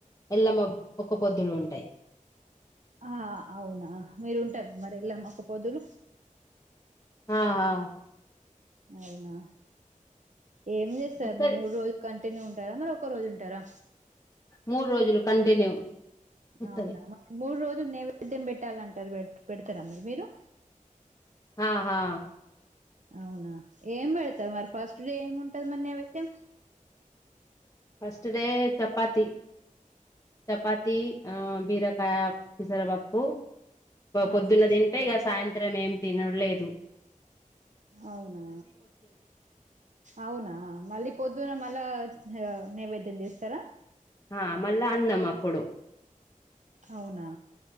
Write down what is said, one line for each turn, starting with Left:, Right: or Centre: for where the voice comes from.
Left: ఎల్లమ్మ ఒక పొద్దులు ఉంటాయి
Right: ఆ అవునా మీరు ఉంటారా మరి ఎళ్ళమా ఒక్క పొద్దులు
Left: ఆ ఆ
Right: అవునా ఏం చేస్తారు
Left: ఉత్తది
Right: మరి మూడు రోజుల కంటి కంటిన్యూ గా ఉంటారా మరి ఒక్క రోజు ఉంటారా
Left: మూడు రోజులు కంటిన్యూ ఉత్తది
Right: అవునా మ మూడు రోజు నైవేద్యం పెట్టాలంటారు పెడతారా మరి మీరు
Left: ఆ ఆ
Right: అవునా ఏం పెడతారు మరి ఫస్ట్ డే ఏమి ఉంటది మరి నైవేద్యం
Left: ఫస్ట్ డే చపాతి చపాతి అ బిరకాయ పెసర పప్పు పొద్దున్న
Right: ఆహా
Left: తింటే ఇక సాయంత్రం ఏం తినడు లేదు
Right: అవునా అవునా మళ్ళీ పొద్దున్న మళ్ళా నైవేద్యం చేస్తారా
Left: ఆ మళ్ళ అన్నం అప్పుడు
Right: అవునా